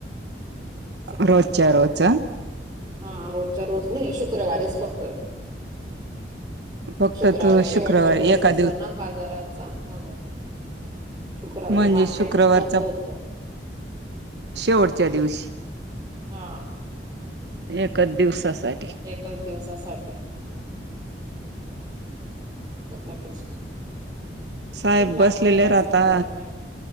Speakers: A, on the right; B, on the right.
A: अस करायचे
B: रोजच्या
A: ते
B: रोज हं?
A: हा रोजच्या रोज नाही शु क्रवारीेच फक्त.
B: फक्त
A: शुक्रवारी
B: तू
A: शेवटचा
B: शुक्रवार
A: दिवस
B: एका
A: असतो ना बाजाराचा. म्हणून शुक्रवारी
B: म्हणजे
A: मार्केट
B: शुक्रवारचा
A: बंद होत.
B: शेवटच्या दिवशी.
A: हां.
B: एका दिवसासाठी.
A: एकच दिवसासाठी अस करायचे.
B: साहेब
A: म्हटलं
B: बसलेले
A: आपल्याला काय
B: राहता.
A: समजत नाही